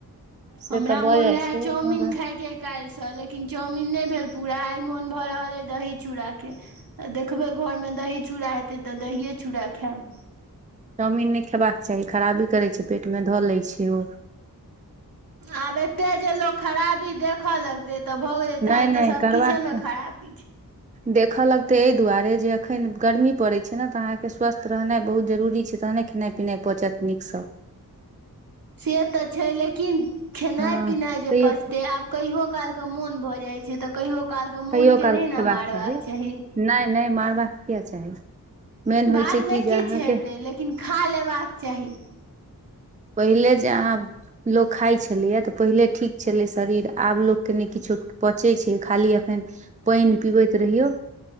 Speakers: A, on the right (about 20°); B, on the right (about 70°).
A: से
B: हमरा
A: तऽ भऽ
B: मोन
A: जाइ
B: रहै
A: छै
B: चाउमिन खायके काल्हिसँ लेकिन चाउमिन नहि भेल पूरा आइ मोन भऽ रहल अइ दही चूड़ाके तऽ देखबै घरमे दही चूड़ा हेतै तऽ दहिए चूड़ा खैब
A: चाउमीन नहि खेबाक चाही खराबी करै छै पेटमे धऽ लै छै ओ
B: आब एते जे लोक खराबी देखऽ लगतै तऽ भऽ गेलै
A: नहि
B: तहन तऽ
A: नहि
B: सब
A: करबाक
B: किछे
A: छै
B: मे खराबी छै
A: देखऽ लगतै अइ दुआरे जे अखैन गर्मी पड़ै छै ने तऽ अहाँ के स्वस्थ रहनाइ बहुत जरूरी छै तहने खेनाइ नहि पहुचत नीकसँ
B: से तऽ छै लेकिन खेनाइ
A: हँ
B: पिनाइ जे
A: तैयो
B: पचतै आब कहियो कालकऽ मोन भऽ जाइ छै तऽ कहियो कालके
A: कहियो
B: मोनके
A: काल
B: नहि ने
A: खेबाक
B: मारबाक चाही
A: नहि नहि मारबाक किए चाही मेन होइ
B: बादमे
A: छै कि जे
B: किछु
A: अहाँके
B: हेतै लेकिन खा लेबाक चाही
A: पहिले जे अहाँ लोक खाइ छलैये तऽ पहिले ठीक छेलै शरीर आब लोकके नहि किछो पचै छै खाली एखन पानि पीबैत रहियौ